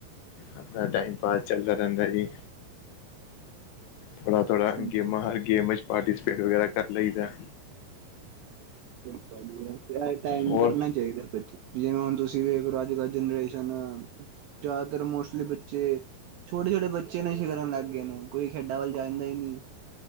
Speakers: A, on the left (about 75°); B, on the right (about 80°).
A: ਆਪਣਾ ਟਾਈਮ ਪਾਸ ਚਲਦਾ ਰੈਂਦਾ ਜੀ। ਥੋੜਾ-ਥੋੜਾ
B: ਹਾਂਜੀ।
A: ਗੇਮਾਂ ਹਰ ਗੇਮ ਚ ਪਾਰਟੀਸਪੇਟ ਵਗੈਰਾ ਕਰ ਲਈਦਾ।
B: ਰਾਈਟ ਟਾਈਮ
A: ਹੋਰ
B: ਕਰਨਾ ਚਾਈਦਾ <unintelligible> ਜਿਵੇਂ ਹੁਣ ਤੁਸੀਂ ਵੇਖ ਲਓ ਅੱਜ ਕਲ ਜਨਰੇ ਸ਼ਨ ਜ਼ੈਦਾਤਰ ਮੋਸਟਲੀ ਬੱਚੇ ਛੋਟੇ-ਛੋਟੇ ਬੱਚੇ ਨਸ਼ਾ ਕਰਨ ਲੱਗ ਗਏ ਨੇ। ਕੋਈ ਖੇਡਾਂ ਵੱਲ ਜਾਂਦਾ ਈ ਨਈ।